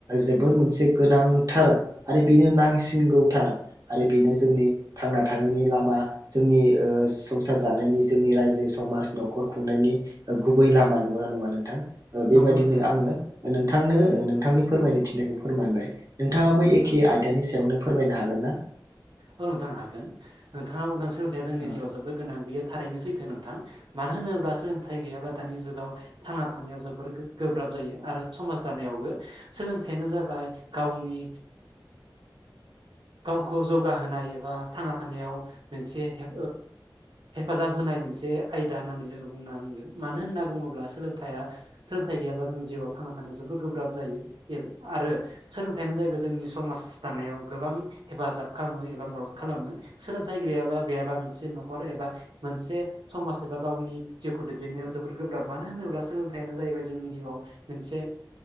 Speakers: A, on the right (about 45°); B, on the right (about 80°).
A: जोबोद मोनसे गोनांथार आरो बेनो नांसिनगौथार आरो बेनो जोंनि थांना थानायनि लामा जोंनि संसार जानायनि जोंनि रायजो समाज न'खर खुंनायनि गुबै लामा नंगौना नङा नोंथां बेबायदिनो
B: नंगौ नोंथां
A: आङो नोंथांनो नोंथांनि फोरमायनो थिनायखौ फोरमायबाय नोंथाङाबो
B: औ नोंथां
A: एखे आयदानि सायावनो फोरमायनो हागोन ना
B: औ नोंथां हागोन नोंथाङा बुंदों सोलोंथाइया जोंनि
A: ओ
B: जिउआव जोबोद गोनां बेयो थारैनो सैथो नोंथां मानो होनोब्ला सोलोंथाइ गैयाब्ला दानि जुगाव थांना थानायाव जोबोद गोब्राब जायो आरो समाज दानायावबो सोलोंथायानो जाबाय गावनि गावखौ जौगाहोनाय एबा थांना थानायाव मोनसे ह हेफाजाब होनाय मोनसे आयदा होननानै जोङो बुंन हांगोन मानो होनना बुङोब्ला सोलोंथाया सोलोंथाइ गैयाब्ला जों जिउआव थांना थानायाव जोबोर गोब्राब जायो आरो सोलोंथाइयानो जाहैबाय जोंनि समाज दा नायाव गोबां हेफाजाब खालामो एबा मदद खालामो सोलोंथाइ गैयाबा गैयाबा मोनसे न'खर एबा मोनसे समाज एबा गावनि जिउखौ दैदेननायाव जोबोद गोब्राब मानो होनोब्ला सोलोंथायाइयानो जाहैबाय जोंनि जिउआव मोनसे